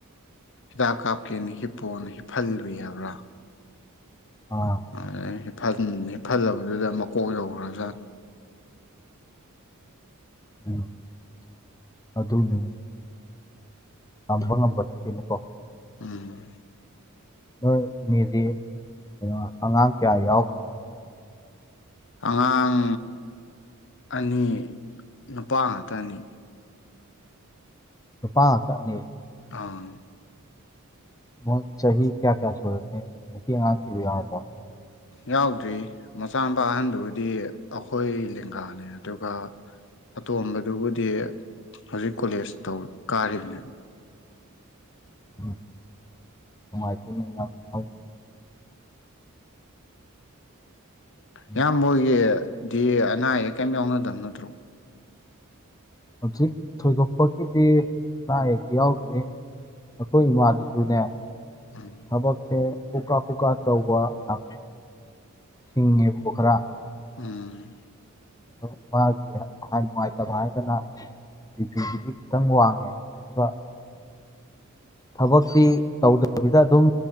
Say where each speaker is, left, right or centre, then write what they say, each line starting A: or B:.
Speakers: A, on the left; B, on the left.
A: ꯍꯤꯗꯥꯛ ꯀꯥꯞꯀꯦꯅ ꯍꯤꯞꯄꯣꯅ ꯍꯤꯞꯍꯜꯂꯨꯏ ꯍꯥꯏꯕ꯭ꯔꯥ
B: ꯑꯥ
A: ꯑꯗꯩ ꯍꯥꯞꯐꯜ ꯍꯤꯞꯐꯜꯂꯕꯗꯨꯗ ꯃꯀꯣꯛ ꯌꯧꯔꯕꯖꯥꯠꯅꯤ
B: ꯎꯝ ꯑꯗꯨꯅꯤ ꯇꯝꯕ ꯉꯝꯕ ꯅꯠꯇꯦꯅꯦꯀꯣ
A: ꯎꯝ
B: ꯅꯣꯏ ꯃꯤꯗꯤ ꯀꯩꯅꯣ ꯑꯉꯥꯡ ꯀꯌꯥ ꯌꯥꯎ
A: ꯑꯉꯥꯡ ꯑꯅꯤ ꯅꯨꯄꯥ ꯉꯥꯛꯇ ꯑꯅꯤ
B: ꯅꯨꯄꯥ ꯉꯛꯇ ꯑꯅꯤ
A: ꯑꯥ
B: ꯃꯣꯏ ꯆꯍꯤ ꯀꯌꯥ ꯀꯌꯥ ꯁꯨꯔꯒꯦ ꯅꯨꯄꯤ ꯑꯉꯥꯡ ꯊꯤꯕ ꯌꯥꯎꯔꯕꯣ
A: ꯌꯥꯎꯗ꯭ꯔꯦ ꯃꯆꯥ ꯃꯨꯄꯥ ꯑꯍꯟꯗꯨꯕꯨꯗꯤ ꯑꯈꯣꯏ ꯂꯦꯡꯒꯥꯅꯦ ꯑꯗꯨꯒ ꯑꯇꯣꯝꯕꯗꯨꯕꯨꯗꯤ ꯍꯧꯖꯤꯛ ꯀꯣꯂꯦꯖ ꯇꯧ ꯀꯥꯔꯤꯕꯅꯦꯕ
B: ꯎꯝ ꯅꯨꯡꯉꯥꯏꯇꯦꯅꯤ <unintelligible> ꯎꯝ
A: ꯏꯌꯥꯝꯕꯣꯏꯒꯤꯗꯤ ꯑꯅꯥ ꯑꯌꯦꯛ ꯀꯩꯝ ꯌꯥꯎꯅꯗꯕ ꯅꯠꯇ꯭ꯔꯣ
B: ꯍꯧꯖꯤꯛ ꯊꯣꯏꯗꯣꯛꯄꯒꯤꯗꯤ ꯑꯅꯥ ꯑꯌꯦꯛꯇꯤ ꯌꯥꯎꯗ꯭ꯔꯦ ꯑꯈꯣꯏ ꯏꯃꯥꯗꯨꯁꯖꯨꯅꯦ
A: ꯎꯝ
B: ꯊꯕꯛꯁꯦ ꯄꯨꯀꯥ ꯄꯨꯀꯥ ꯇꯧꯕ ꯌꯥꯝ ꯊꯤꯡꯉꯦꯕꯀꯣ ꯈꯔ
A: ꯎꯝ
B: ꯑꯗꯨ ꯃꯥꯒꯤ ꯅꯨꯡꯉꯥꯏ ꯅꯨꯡꯉꯥꯏꯇꯕ ꯍꯥꯏꯔꯒꯅ ꯕꯤ <unintelligible> ꯈꯤꯇꯪ ꯋꯥꯡꯉꯦ ꯑꯗꯨꯒ ꯊꯕꯛꯇꯤ ꯇꯧꯗꯕꯤꯗ ꯑꯗꯨꯝ